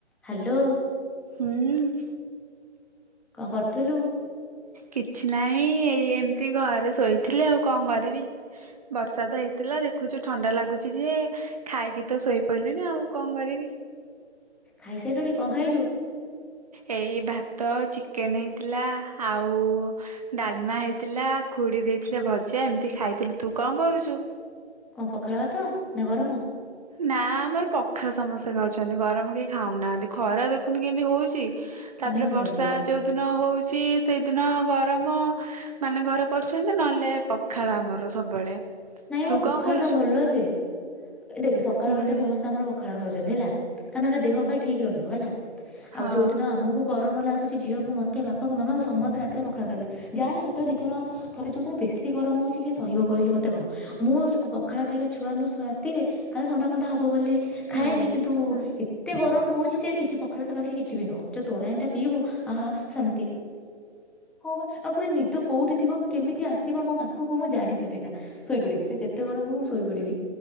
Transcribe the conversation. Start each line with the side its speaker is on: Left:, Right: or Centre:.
Centre: Hello
Right: ହୁଁଉଁଉଁ
Centre: କଣ କରୁଥୁଲୁ?
Right: କିଛି ନାହିଁ ଏଇ ଏମିତି ଘରେ ଶୋଇଥିଲି ଆଉ କଣ କରିବି ବର୍ଷା ତ ହେଇଥିଲା ଦେଖୁଛୁ ଠଣ୍ଡା ଲାଗୁଛି ଯେ ଖାଇକି ତ ଶୋଇପଇଲିଣି ଆଉ କଣ କରିବି?
Centre: ଖାଇସାଇଲୁଣି କଣ ଖାଇଲୁ?
Right: ଏଇ ଭାତ ଚିକେନ ହେଇଥିଲା ଆଉ ଡାଲମା ହେଇଥିଲା ଖୁଡି ଦେଇଥିଲେ ଭଜା ଏମିତି ଖାଇଥିଲୁ ତୁ କଣ କରୁଛୁ?
Centre: କଣ ପଖାଳ ଭାତ ନା ଗରମ?
Right: ନା ଆମର ପଖାଳ ସମସ୍ତେ ଖାଉଛନ୍ତି ଗରମ କେହି ଖାଉନାହାନ୍ତି ଖରା ଦେଖୁନୁ କେମିତି ହଉଛି? ତାପରେ
Centre: ନାଇଁ ଭଲ
Right: ବର୍ଷା ଯୋଉ ଦିନ ହଉଛି ସେଇଦିନ ଗର ତମ ମାନେ ଘରେ କରୁଛନ୍ତି ନହେଲେ ପଖାଳ ଆମର ସବୁବେଳେ
Centre: ନାଇଁ
Right: ତୁ
Centre: ମୋ ପଖାଳ
Right: କଣ କରୁଛୁ?
Centre: ଟା ଭଲ ଯେ ଏ ଦେଖେ ସକାଳ
Right: ହୁଁ
Centre: ଓଲଟା ସମସ୍ତେ ଆମର ପଖାଳ ଖାଉଛନ୍ତି ହେଲା କାରଣ ଏଟା ଦେହ
Right: ହୁଁ
Centre: ପାଇଁ ଠିକ ରହିବ ହେଲା।
Right: ହଁ
Centre: ଆଉ ଯୋଉ ଦିନ ଆମକୁ ଗ ଗରମ ଲାଗୁଛି ଝିଅକୁ ମୋତେ ବାପାକୁ ମାମାକୁ ସମସ୍ତେ ରାତିରେ ପଖାଳ ଖାଇଦଉ ଯାହାହେଲେ ସପ୍ତାହ ରେ ଦିଥର ଥରେ ଯଉଦିନ ବେଶୀ ଗରମ ହଉଛି କିଏ ସହିବ କହିଲୁ କହିଲୁ ମତେ। ଦେଖ ମୁଁ ପଖାଳ ଖାଇବା ଛୁଆ ନୁହଁ ସେ ରାତିରେ ଖାଲି ଥଣ୍ଡା ଫଣ୍ଡା ହବ ବୋଲି ଖାଏନି
Right: ହୁଁ
Centre: କିନ୍ତୁ
Right: ହୁଁ
Centre: ଏତେ ଗରମ ଗରମ ହଉଛି ଯେ କିଛି ପଖାଳ ତା ପାଖରେ କିଛି ବି ନୁହଁ ଯୋଉ ତୋରାଣୀଟା ପିଇବୁ? ଆହା ଶାନ୍ତି ହଁ ବା। ଆଉ ପୁଣି ନିଦ କୋଉଠି ଥିବ କେମିତି ଆସିବ ମୋ ପାଖକୁ ମୁଁ ଜାଣିପାରେନା। ଶୋଇପଡିବି ସେ ଯେତେ ଗରମ ହଉ ମୁଁ ଶୋଇପଡିବି